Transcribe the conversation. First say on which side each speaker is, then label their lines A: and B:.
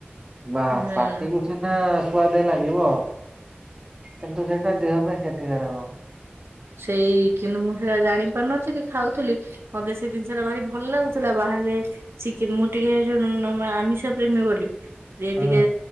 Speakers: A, on the right (about 20°); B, on the right (about 75°).
A: ବା
B: ହୁଁ।
A: ପାଟିକୁ ସ ନା ସୁଆଦ ଲାଗିବ କିନ୍ତୁ ସେଇଟା ଦେହ ପାଇଁ କ୍ଷତିକାରକ
B: ସେଇ କିନ୍ତୁ ମୁଁ ସେଇଟା ଜାଣି ପାରୁନଥିଲି ଖାଉଥିଲି ମତେ ସେଇ ଜିନିଷ ଟା ଭାରି ଭଲ ଲାଗୁଥିଲା ବାହ ରେ ମୁଁ ଟିକେ ଆମିଷ ପ୍ରେମୀ ବୋଲି
A: ହଁ
B: ଟିକେ